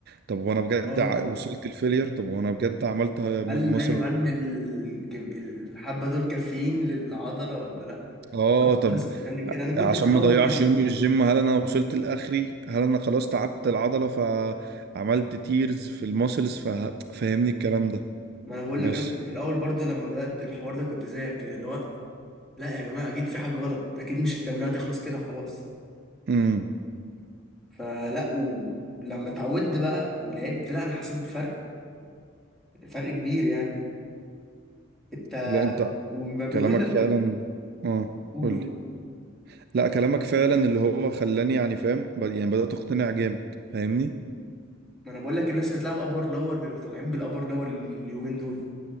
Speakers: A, on the right; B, in the centre.
A: طب وانا بجد
B: اه
A: ع- وصلت الفيلير طب وانا بجد عملت مثلا
B: هل ايوه هل ال- كم- الحبه دول كافيين للعضله ولا لا
A: اه
B: كنت
A: طب
B: الناس بتعمل كده
A: ع-
B: انا كنت
A: عشان
B: في الاول
A: ما اضيعش
B: كده برضه.
A: يومي الجيم هل انا وصلت لاخري هل انا خلاص تعبت العضله فعملت تيرز في الماسلز فاهمني الكلام ده
B: ما انا بقول
A: بس
B: لك انا كنت في الاول برضو لما بدات الحوار ده كنت زيك كده اللي هو لا يا جماعه اكيد في حاجه غلط اكيد مش التمرينه هتخلص كده خلاص
A: امم
B: فلا ولما اتعودت بقى ولعبت لا انا حسيت بفرق فرق كبير يعني انت
A: لا انت
B: وما بيقول
A: كلامك
B: لك
A: فعلا اه
B: قول
A: قولي
B: قول
A: لا كلامك فعلا اللي هو خلاني يعني فاهم ب- يعني بدأت اقتنع جامد فاهمني
B: ما انا بقول لك الناس اللي بتلعب ابر لور اللي طالعين بالابر لور اليومين دول